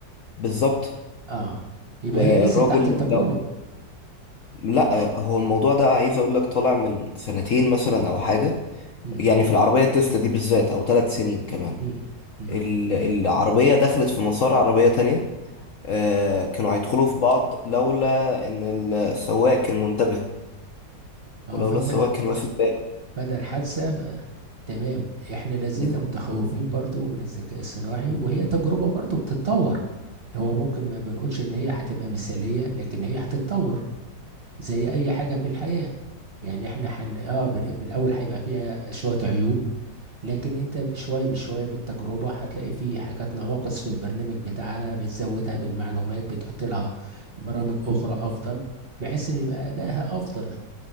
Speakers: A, on the left (about 55°); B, on the right (about 40°).
A: بالظبط
B: اه يبقى
A: والراجل
B: هي لسه تحت التجربة
A: لو لا هو الموضوع ده عايز اقول لك طالع من سنتين مثلا او حاجه
B: امم
A: يعني في العربيه التسلا دي بالذات او ثلاث
B: مم.
A: سنين كمان
B: مم. مم.
A: ال- العربيه دخلت في مسار عربيه تانية آه، كانوا هيدخلوا في بعض لولا ان السواق كان منتبه
B: اه
A: ولولا
B: فف-
A: السواق كان واخد باله
B: فده الحادثة ف- تمام احنا لازلنا
A: بس-
B: متخوفين برضو من الذكاء الصناعي وهي تجربة برضو بتتطور هو ممكن ما بنقولش ان هي هتبقى مثالية لكن هي هتتطور زي اي حاجة في الحياة يعني احنا حن... اه بال- في الاول هيبقى فيها شوية عيوب لكن انت بشوية بشوية بالتجربة هتلاقي فيه حاجات نواقص في البرنامج بتاعها بتزودها بالمعلومات بتحط لها برامج اخرى افضل بحيث ان يبقى ادائها افضل